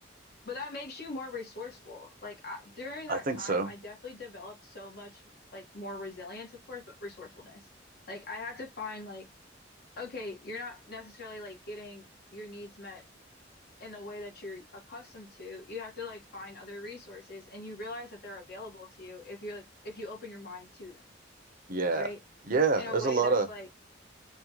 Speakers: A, on the left (about 55°); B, on the right (about 50°).
A: but that makes you more resourceful. Like I, during
B: <laughs> I
A: that
B: think
A: time,
B: so.
A: I definitely developed so much like more resilience, of course, but resourcefulness. Like I had to find like, okay, you're not necessarily like getting your needs met in the way that you're accustomed to. You have to like find other resources and you realize that they're available to you if you're like if you open your mind to them,
B: Yeah.
A: right?
B: Yeah.
A: In a
B: There's
A: way
B: a lot
A: that's
B: of,
A: like,